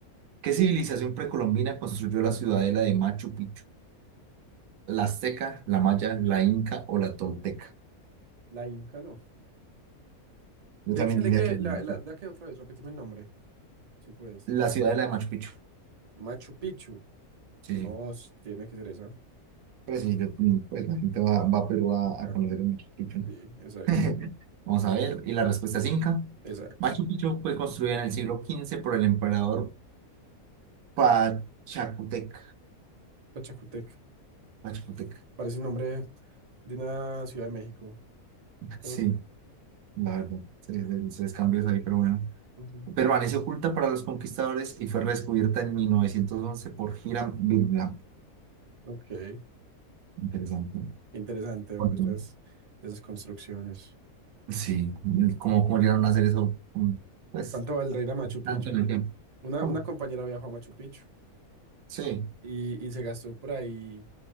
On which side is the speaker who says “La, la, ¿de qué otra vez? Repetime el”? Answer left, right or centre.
Right